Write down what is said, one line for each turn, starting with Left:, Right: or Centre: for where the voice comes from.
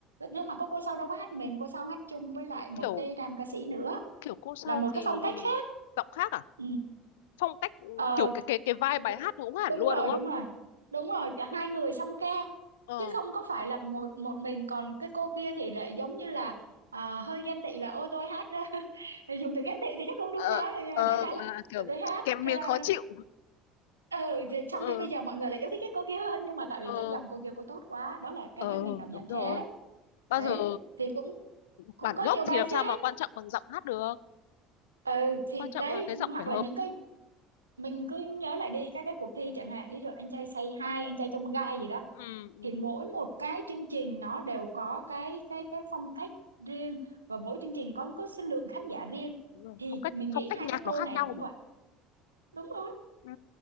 Right: nhưng mà cô cô sau đâu có hát mình cô sau hát chung với lại một
Left: Kiểu
Right: cái nam ca sĩ nữa
Left: kiểu cô sau
Right: là một
Left: thì
Right: cái phong cách khác
Left: giọng khác à?
Right: ừ.
Left: Phong cách ừ,
Right: Ờ,
Left: kiểu cái cái cái vibe
Right: Ok.
Left: bài hát nó cũng hẳn
Right: Đúng
Left: luôn
Right: rồi,
Left: đúng
Right: đúng
Left: không?
Right: rồi. Đúng rồi, cả hai người song ca.
Left: Ờ.
Right: Chứ không có phải là một một mình còn cái cô kia thì lại giống như là à, hơi ghen tị là ôi tôi hát ra. <laughs> Dùng từ ghen tị thì chắc không đúng
Left: Ờ,
Right: lắm nhưng
Left: ờ,
Right: mà đại khái là
Left: à, kiểu
Right: là tôi hát
Left: kèm
Right: ra
Left: miếng khó chịu.
Right: ừ thì trong
Left: Ờ,
Right: khi bây giờ mọi người lại yêu thích cái cô kia hơn nhưng mà tại vì
Left: ờ,
Right: chất giọng cô kia cô tốt quá, đó là cá
Left: ờ,
Right: nhân mình cảm nhận
Left: đúng rồi.
Right: thế.
Left: bao
Right: Đấy,
Left: giờ
Right: thì cũng cũng
Left: bản
Right: có
Left: gốc
Right: nhiều bài
Left: thì làm sao
Right: khác.
Left: mà quan trọng bằng giọng hát được
Right: Ừ thì
Left: quan trọng
Right: đấy
Left: là cái giọng
Right: hoặc
Left: phải hợp
Right: là những cái mình cứ nhớ lại đi các cái cuộc thi chẳng hạn ví dụ anh trai say hi anh trai trong gai gì đó
Left: ừ, ừ,
Right: thì mỗi một cái chương trình nó đều có cái cái cái phong cách riêng và mỗi chương trình có có số lượng khán giả riêng
Left: đúng rồi.
Right: thì
Left: phong cách
Right: mình nghĩ
Left: phong cách
Right: hai
Left: nhạc
Right: cái cô
Left: nó khác
Right: này
Left: nhau
Right: cũng
Left: mà
Right: vậy đúng rồi
Left: ừ.